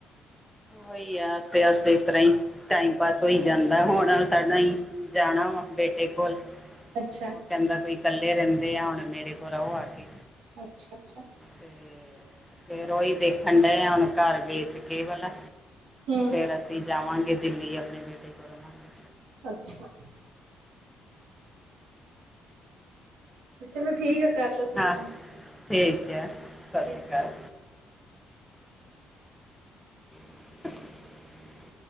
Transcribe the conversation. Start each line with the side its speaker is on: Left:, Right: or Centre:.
Centre: ਉਹੀ ਹੈ। ਹੱਸਦੇ- ਹੱਸਦੇ, ਇਸ ਤਰਾਂ ਹੀ ਟਾਈਮ, ਪਾਸ ਹੋਈ ਜਾਂਦਾ। ਹੁਣ ਸਾਡਾ ਹੀ। ਜਾਣਾ ਵਾ, ਬੇਟੇ ਕੋਲ।
Right: ਅੱਛਾ।
Centre: ਉਹ ਕਹਿੰਦਾ ਕੋਈ ਇਕੱਲੇ ਰਹਿੰਦੇ ਆ ਹੁਣ ਮੇਰੇ ਕੋਲ ਰਹੋ ਆ ਕੇ
Right: ਅੱਛਾ- ਅੱਛਾ।
Centre: ਤੇ ਫਿਰ ਉਹੀ ਦੇਖਣ ਡਏ ਆ ਹੁਣ ਘਰ ਵੇਚ ਕੇ ਇਹ ਵਾਲਾ
Right: ਹੂ,,,
Centre: ਫਿਰ ਅਸੀਂ ਜਾਵਾਂਗੇ ਦਿੱਲੀ ਆਪਣੇ ਬੇਟੇ ਕੋਲ ਰਵਾਂਗੇ
Right: ਅੱਛਾ। ਚਲੋ ਠੀਕ ਆ ਕਰ ਲੋ ਤੁਸੀਂ
Centre: ਹਾਂ
Right: ਕੰਮ
Centre: ਠੀਕ ਆ ਸਤਿ
Right: ਠੀਕ।
Centre: ਸ਼੍ਰੀ ਅਕਾਲ <unintelligible>